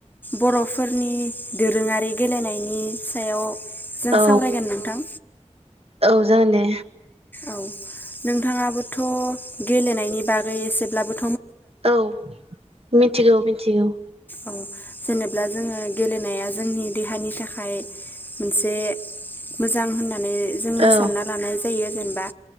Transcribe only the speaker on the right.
औ
औ जागोन दे
औ मिथिगौ मिथिगौ
औ